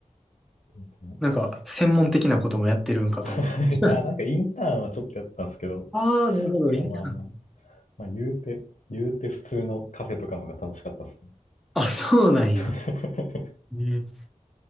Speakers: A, on the left; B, in the centre.
A: 全然
B: なんか、専門的なこともやってるんかと思って。
A: <laughs>
B: <laughs>
A: いや、なんかインターンはちょっとやったんですけど、
B: ああ、なるほど、
A: まあまあまあ、
B: インターン。
A: まあ言うて、言うて普通のカフェとかの方が楽しかったっすね。
B: あ、そうなんや。
A: <laughs>
B: えー